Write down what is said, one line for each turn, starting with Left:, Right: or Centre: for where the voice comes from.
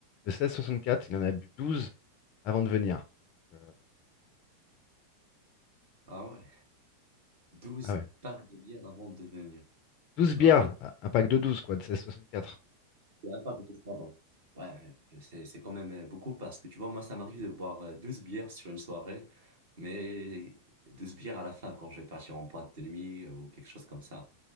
Left: de seize virgule soixante-quatre. il en a bu 12 avant de venir. Donc, euh,
Right: Ah ouais. douze
Left: ah ouais,
Right: packs de bière avant de venir.
Left: 12
Right: Bah,
Left: bières,
Right: En fait,
Left: un pack de 12 quoi, de seize virgule soixante-quatre.
Right: c'est un pack de bière, pardon. Ouais, mais c'est c'est quand même euh, beaucoup parce que tu vois, moi, ça m'arrive de boire euh, 12 bières sur une soirée, mais 12 bières à la fin quand je vais partir en boîte de nuit ou quelque chose comme ça.